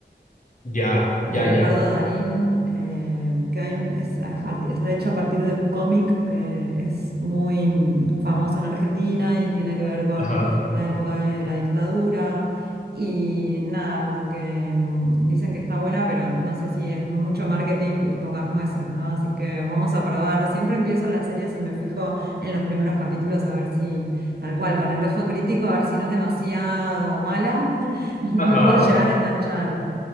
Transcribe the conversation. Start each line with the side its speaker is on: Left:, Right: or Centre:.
Left: Ya, ya,
Right: la Ricardo
Left: ya.
Right: Darín, eh, que hay un, es a parti- está hecha a partir de un cómic que es muy mm, famoso en Argentina y tiene que ver con
Left: Ajá.
Right: la época de la dictadura. Y nada, como que mm, dicen que está buena, pero no sé si es mucho marketing y pocas nueces, ¿no? Así que vamos a probar. Siempre empiezo las series y me fijo en los primeros capítulos a ver si, tal cual, con el ojo crítico, a ver si no es demasiado mala, <laughs> me
Left: Ajá.
Right: puedo llegar a enganchar.